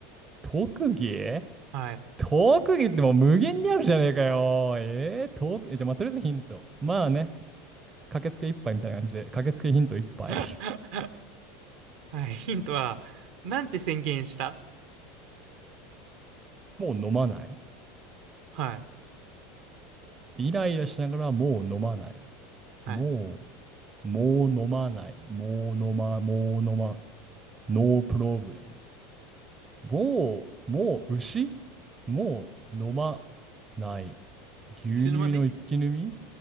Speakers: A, on the right; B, on the right.
A: 特技
B: はい。
A: 特技ってもう無限にあるじゃねえかよ。えー、特技、え、じゃあ、まあ、とりあえずヒント。まあね、駆けつけ一杯みたいな感じで、駆けつけヒント一杯。
B: <laughs> はい。ヒントは、なんて宣言した
A: <laughs> もう飲まない。
B: はい。
A: イライラしながらもう飲まない。
B: はい。
A: もう、もう飲まない。もう飲ま、もう飲ま、ノープロブレム。もう、もう牛もう飲まない。牛乳の一気飲み
B: 後ろはね。